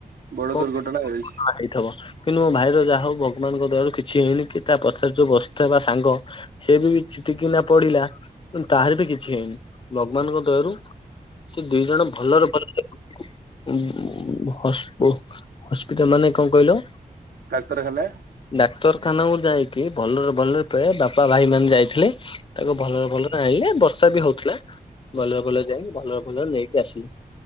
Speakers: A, on the right (about 80°); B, on the left (about 35°).
A: ବଡ
B: କ
A: ଦୁର୍ଘଟଣା ହୋଇଛି
B: କଣ ହେଇଥିବ। କିନ୍ତୁ ମୋ ଭାଇର ଯାହା ହଉ ଭଗବାନଙ୍କ ଦୟାରୁ କିଛି ହେଇନି କି ତା ପଛରେ ଯୋଉ ବସିଥିବା ସାଙ୍ଗ ସେ ବି ଛିଟିକିନା ପଡିଲା। ତାହାର ବି କିଛି ହେଇନି। ଭଗବାନଙ୍କ ଦୟାରୁ ସେ ଦିଇ ଜଣ ଭଲରେ ଭଲରେ <unintelligible> ହସ୍ପିଟାଲ ମାନେ କଣ କହିଲ?
A: ଡାକ୍ତରଖାନା।
B: ଡାକ୍ତରଖାନା କୁ ଯାଇକି ଭଲରେ ଭଲରେ ଫେ ବାପା ଭାଇ ମାନେ ଯାଇଥିଲେ। ତାକୁ ଭଲରେ ଭଲରେ ଆଣିଲେ ବର୍ଷା ବି ହଉଥିଲା ଭଲରେ ଭଲରେ ଯାଇକି ଭଲରେ ଭଲରେ ନେଇକି ଆସିଲି।